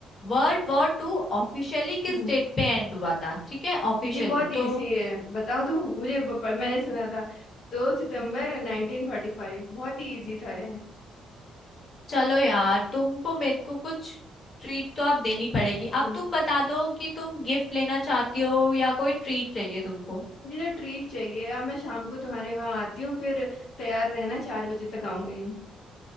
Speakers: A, on the left; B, on the left.
A: World war two officially किस
B: हम्म
A: डेट पे एंड हुआ था ठीक है ऑफिशियली
B: ये बहुत इजी
A: तो
B: है बताओ तो मुझे ब- प- मैंने सुना था दो सितंबर नाइनटीन फोर्टी फाइव बहुत ही इजी था ये
A: चलो यार तुमको मेरे को कुछ ट्रीट तो आप देनी पड़ेगी अब
B: हम्म
A: तुम बता दो कि तुम गिफ्ट लेना चाहती हो या कोई ट्रीट चाहिए तुमको
B: मुझे तो ट्रीट चाहिए अब मैं शाम को तुम्हारे वहाँ आती हूँ फिर तैयार रहना चार बजे तक आऊंगी